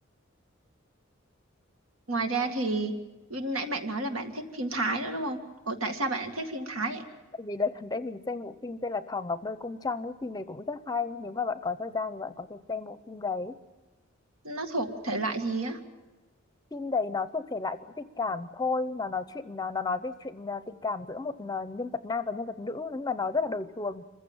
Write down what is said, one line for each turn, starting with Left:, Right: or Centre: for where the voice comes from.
Right: Ngoài ra thì nãy bạn nói là bạn thích phim Thái nữa đúng không? Ủa tại sao bạn lại thích phim Thái vậy?
Left: tại vì đợt gần đây mình xem bộ phim tên là Thỏ Ngọc Nơi Cung Trăng ấy phim này cũng rất hay nếu mà bạn có thời gian thì bạn có thể xem bộ phim đấy
Right: Nó thuộc thể loại gì á?
Left: phim đấy nó thuộc thể loại cũng tình cảm thôi nó nói chuyện nó, nó nói về chuyện à, tình cảm giữa một à, nhân vật nam và nhân vật nữ nhưng mà nó rất là đời thường